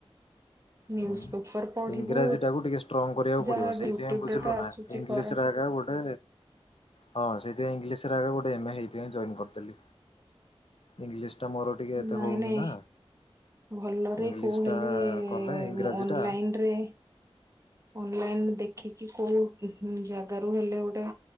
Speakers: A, on the right (about 30°); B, on the left (about 65°).
A: ନ୍ୟୁଜ
B: ଉଁ
A: ପେପର ପଢିବୁ
B: ଇଂରାଜୀ ଟାକୁ ଟିକେ ଷ୍ଟ୍ରଙ୍ଗ କରିବାକୁ
A: ଯାହା
B: ପଡିବ। ସେଇଥିପାଇଁ
A: ୟୁଟ୍ୟୁବରେ
B: ବୁଝିଲୁ
A: ତ
B: ନା
A: ଆସୁଛି
B: ଇଂଲିଶ
A: କରେ
B: ଆା ଗୋଟେ ହଁ ସେ ଇଂଲିଶ ଆଗ ଗଟେ ଏଇଥ ଜଏନ୍ କରି ଥିଲି। ଇଂଲିଶ। ମୋର ଟିକେ ଏତେ
A: ନାଇଁ
B: ହଉନି
A: ନାଇଁ
B: ନା
A: ଭଲରେ
B: ଇଂଲିଶ
A: କୋଉ ହେଲେ
B: ଟା
A: ଅ
B: କଲେ ଇଂରାଜୀ
A: ଅନଲାଇନରେ
B: ଟା
A: ଅନଲାଇନ ଦେ କି କି କରୁ ଜାଗାରୁ ହେଲେ ଗୋଟେ